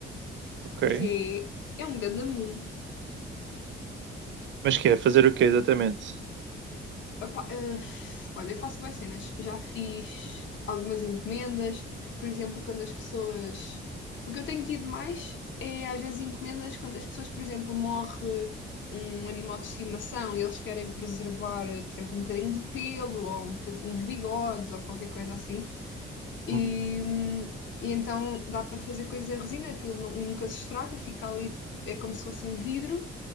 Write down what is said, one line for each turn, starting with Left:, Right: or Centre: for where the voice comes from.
Right: Ok.
Left: que é, é um ganda mundo.
Right: Mas que é? Fazer o quê exatamente?
Left: Epá, eh, olha, eu faço boas cenas. Já fiz algumas encomendas, por exemplo, quando as pessoas. O que eu tenho tido mais é às vezes encomendas quando as pessoas, por exemplo, morre um animal de estimação e eles querem preservar, eh, por exemplo, um bocadinho de pelo ou um bocadi- uns bigodes ou qualquer coisa assim. E,
Right: Hum.
Left: hum, e então dá para fazer coisas em resina, aquilo nu- nunca se estraga, fica ali, é como se fosse em vidro,